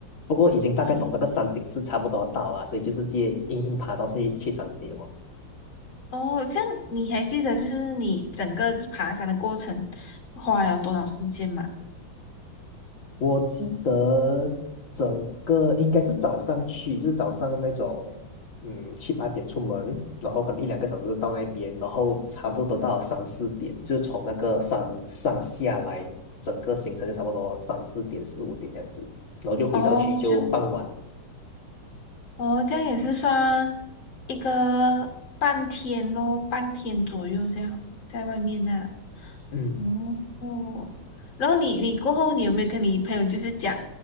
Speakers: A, on the left; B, on the left.
A: 不过已经大概懂那个山顶是差不多要到啊，
B: 哦，
A: 所以就是直接硬硬爬到去去山顶哦。
B: 哦，这样你还记得就是你整个就是爬山的过程花了多少时间吗？
A: 我记得整个应该是早上去，就是早上那种，嗯，七八点出门，然后可能一两个小时就到那边，然后差不多到三四点，就是从那个山上下来，整个行程就差不多三四点、四五点这样子，然后就回到去就傍晚。
B: 哦，就哦，这样也是算一个半天咯，半天左右这样在外面那。
A: 嗯，
B: 哦哦，
A: 嗯
B: 然后你你过后，你有没有跟你朋友就是讲，